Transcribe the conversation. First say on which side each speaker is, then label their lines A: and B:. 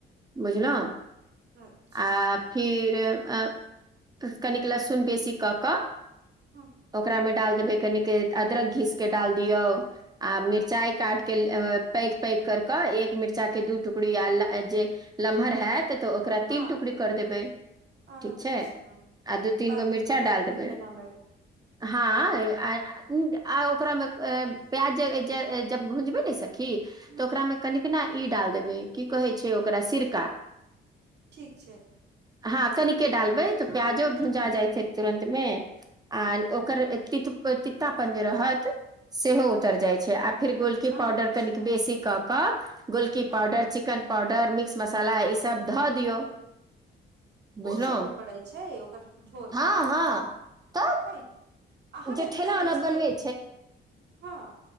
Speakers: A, on the right; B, on the right.
A: बुझलहो
B: अच्छा
A: आ। फिर ओर कनिक। लहसुन बेसी कऽ कऽ
B: हांँ।
A: ओकरा मे डाल देबै कनिक अदरक घीस। के डाल दियो। आ मिर्चाए। काट के अ पैग पैग कर क एक मिर्च। कुच्चा के दू टुकड़ी आल आजे लमहर। हेयत तऽ ओकरा
B: हँ
A: तीन टुकड़ी कर देबै।
B: अच्छा
A: ठीक छैय <inaudible> आ दू
B: कि
A: तीन
B: बाल
A: गो
B: बुतरू
A: मिर्चा
B: के
A: डाल
B: मुँह
A: देबै
B: मे न लगे
A: हाँ
B: हँ
A: आय आ ओकरामे क प्याज <unintelligible> जब भुजबै न सखी
B: ह
A: तऽ ओकरा में कनिक ना ई डाल देबै की कहै छै ओकरा सिरका
B: ठीक छैय
A: हाँ कनि केँ डालबै तऽ प्याजो
B: ह
A: भुजा जाय छै तुरन्त में <inaudible> आ ओकर तित तितापन जे रहत सेहो उतर जाइ छै आ फिर गोलकी
B: अच्छा
A: पाउडर कनिक बेसी कऽ क गोलकी
B: हँ
A: पाउडर चिकन पाउडर मिक्स मसाला ईसब धऽ दियौ बुझलहुँ
B: ओ सब भी पड़ै छै ओकर झोर
A: हँ
B: म
A: हँ
B: <inaudible>
A: तब
B: हेय हमें
A: जे ठेला
B: तऽ जानै
A: वाला
B: छियै
A: बनबै
B: जे <inaudible> हँ